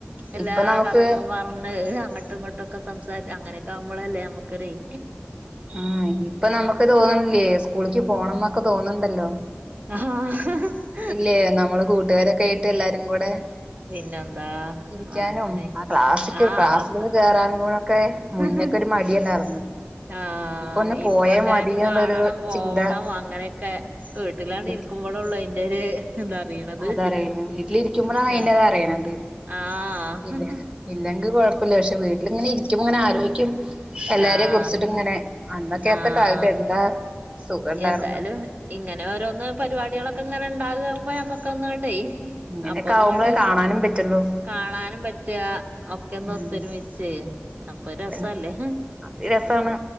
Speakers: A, on the right; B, on the right.
A: എല്ലാ
B: ഇപ്പൊ നമുക്ക്
A: കഥകളും വ ണ്, അഹ്‌, അങ്ങട്ടു ഇങ്ങട്ടു ക്കെ, സംസാരി അങ്ങനക്ക ആവുമ്പോളല്ലേ? നമ്മക് ഒരയ്.
B: ആഹ്‌, ഇപ്പ നമക്ക് തോന്നണില്യേ, സ്കൂളിക്ക് പോണം ന്നൊക്ക തോന്നണ്ടല്ലോ?
A: ആഹാ, ഹ, ഹ്
B: ഇല്ലേ, നമ്മള് കൂട്ടുകാരൊക്കെ ആയിട്ട് എല്ലാരും കൂടെ
A: പിന്നെ, ന്താ,
B: ഇരിക്കാനും
A: അഹ്‌ ന, നെ
B: ആ ക്ലാസ്സിക്ക്
A: ആഹ്‌,
B: ക്ലാസ്സില്
A: വർത്ത
B: കേറാൻ കൂടൊക്കെ
A: <inaudible>
B: മുന്നൊക്കെ ഒരു മടിയല്ലായിരുന്ന്
A: ആഹ്‌,
B: ഒന്ന് പോയാ
A: ഇപ്പൊ എല്ലാരിം
B: മതിയെന്നുള്ളൊരു
A: കാണണം പോവണം
B: ചിന്ത
A: അങ്ങനെ ക്കെ. വീട്ടിലാണ്ടിര്
B: വീട്ടിൽ
A: ക്കും. വളുള്ള അയ്ന്റ രു തറിയണത്.
B: അതറിയണ വീട്ടിലിരിക്കുമ്പോഴാണ് അതിന്റെത്
A: ആഹ്‌
B: അറിയണത്
A: ആഹ്
B: ഇല്ല ഇല്ലെങ്കിൽ കുഴപ്പമില്ല പക്ഷെ വീട്ടിലിങ്ങനെ ഇരിക്കുമ്പോ അങ്ങനെ ആലോചിക്കും എല്ലാരെയും
A: ആഹ്
B: കുറിച്ചിട്ട് ഇങ്ങനെ അന്നൊക്കെയാത്ത
A: ആഹ്
B: കാലത്ത് എന്താ സുഖം ഉണ്ടായിർന്ന്
A: എന്തായാലും ഇങ്ങനെ ഓരോന്ന് പരിപാടികളൊക്കെ ഇങ്ങനെ ഉണ്ടാകുമ്പോ ഞമ്മക്ക് ഒന്നങ്ങോട്ടെ അങ്ങോട്ടെ
B: ഇങ്ങനെയൊക്കെ
A: അപ്പൊ ഒന്നിങ്ങോട്ട്
B: ആവുമ്പോളേ കാണാനും പറ്റുള്ളൂ
A: കാണാനും പറ്റുക ഒക്കെ ഒന്ന്
B: ഉം
A: ഒത്തൊരുമിച്ചേ അപ്പൊ
B: അതന്നെ
A: രസല്ലേ
B: അത് രസമാണ്